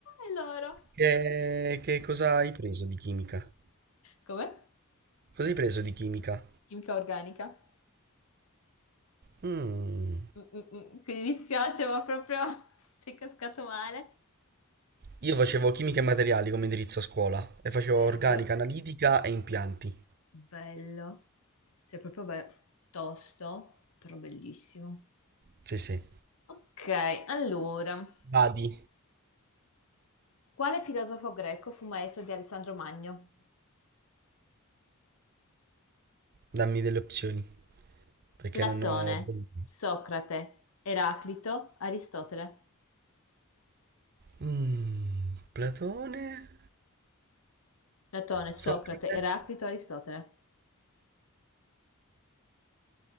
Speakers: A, on the left; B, on the right.
A: È l'oro.
B: che, che cosa hai preso di chimica?
A: Come?
B: Cosa hai preso di chimica?
A: Chimica organica?
B: Mm.
A: Mm, mm, mm. Quindi mi spiace, ma proprio <laughs> sei cascato male.
B: Io facevo chimica e materiali come indirizzo a scuola e facevo
A: Bello,
B: organica, analitica e impianti.
A: bello. Cioè, proprio be- tosto, però bellissimo.
B: Sì, sì.
A: Ok, allora,
B: Vadi,
A: quale filosofo greco fu maestro di Alessandro Magno?
B: dammi delle opzioni, perché
A: Platone,
B: non ho... ben-
A: Socrate, Eraclito, Aristotele.
B: Mm, Platone?
A: Platone, Socrate,
B: Socrate?
A: Eraclito, Aristotele.